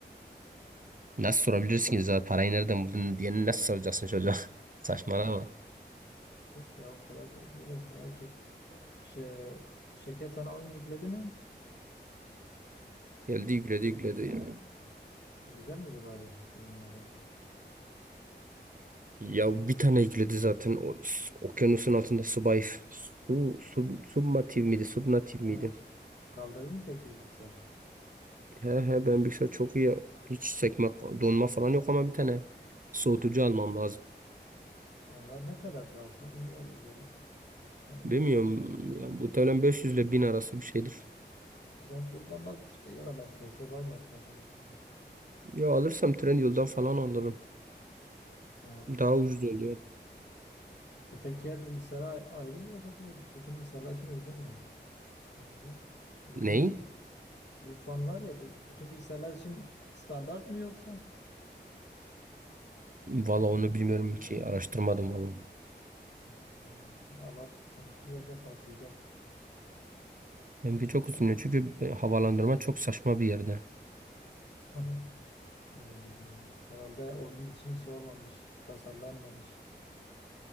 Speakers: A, on the right; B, on the left.
A: Nasıl sorabilirsin ki zaten parayı nereden buldun diye nasıl soracaksın çocuğa? <laughs> Saçmalama.
B: Yok ya o kadar da böyle merak et. Şey, şirket sana oyun yükledi mi?
A: Geldi yükledi yükledi. Ya
B: Güzel miydi bari oyunları?
A: Ya bir tane yükledi zaten o, s- okyanusun altında subay su, sub, submatif miydi subnatif
B: Ne?
A: miydi?
B: Kaldırdın mı peki bilgisayar?
A: He he ben bilgisayar çok iyi. Hiç sekme donma falan yok ama bir tane soğutucu almam lazım.
B: Onlar ne kadardır alsaydım iyi olurdu ya. Sen
A: Bilmiyorum. Ya, muhtemelen 500 ile 1000 arası bir şeydir.
B: Trendyol'dan bak işte ya da merkezde var mıdır acaba bilmiyorum.
A: Ya alırsam Trendyol'dan falan alırım.
B: Ha.
A: Daha ucuz oluyor.
B: E peki diğer bilgisayara ay- ayrı mı yoksa direkt bütün bilgisayarlar için uygun mu? Herhalde uygundur.
A: Ney?
B: Bu fan var ya bü- bütün bilgisayarlar için standart mı yoksa?
A: Valla
B: Acaba
A: onu bilmiyorum
B: farklı
A: ki.
B: mı?
A: Araştırmadım valla.
B: Hmm, al al seninki yoksa patlayacak.
A: Benimki çok ucuz çünkü e, havalandırma çok saçma bir yerde.
B: <laughs> Öyle bilmiyorum. Herhalde oyun için şey olmamış, tasarlanmamış.